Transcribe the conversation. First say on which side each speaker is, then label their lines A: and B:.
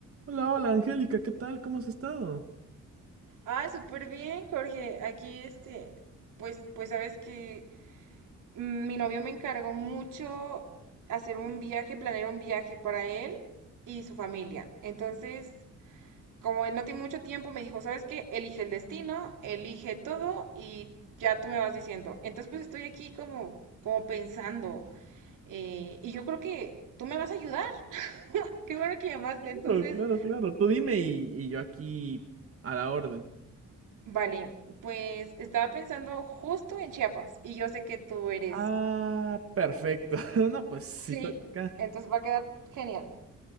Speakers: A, on the right; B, on the right.
A: Hola, hola, Angélica, ¿qué tal? ¿Cómo has estado?
B: Ah, súper bien, Jorge. Aquí, este, pues, pues sabes que mm, mi novio me encargó mucho hacer un viaje, planear un viaje para él y su familia. Entonces, como él no tiene mucho tiempo, me dijo, ¿sabes qué? Elige el destino, elige todo y ya tú me vas diciendo. Entonces, pues estoy aquí como, como pensando. eh, y yo creo que tú me vas a ayudar. <laughs> Qué bueno que llamaste. Entonces,
A: Claro, claro, claro. Tú dime y, y yo aquí a la orden.
B: Vale, pues estaba pensando justo en Chiapas y yo sé que tú eres.
A: Ah, perfecto. <laughs> No, pues sí,
B: Sí,
A: estoy acá.
B: entonces va a quedar genial.